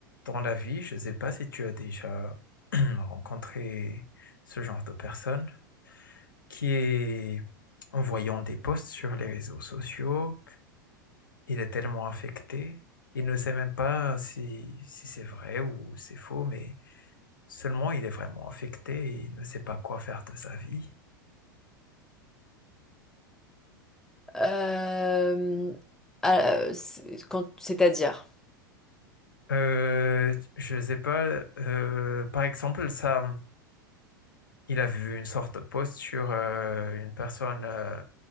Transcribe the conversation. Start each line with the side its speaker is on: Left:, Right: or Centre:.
Left: Dans la vie, je ne sais pas si tu as déjà <clears throat> rencontré ce genre de personne qui est, en voyant des posts sur les réseaux sociaux, il est tellement affecté, il ne sait même pas si, si c'est vrai ou c'est faux, mais seulement il est vraiment affecté et il ne sait pas quoi faire de sa vie.
Centre: Euh, ah, euh, c'est- quand, c'est-à-dire,
Left: Euh, je ne sais pas, euh, par exemple, ça, il a vu une sorte de post sur euh, une personne. euh,